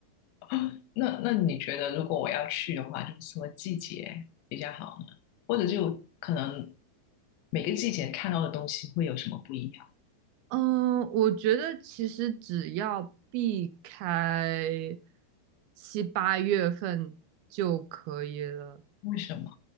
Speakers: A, on the left; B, on the right.
A: <gasps> 那那你觉得，如果我要去的话，就是什么季节比较好呢？或者就可能每个季节看到的东西会有什么不一样？
B: 嗯，我觉得其实只要避开七八月份就可以了。
A: 为什么？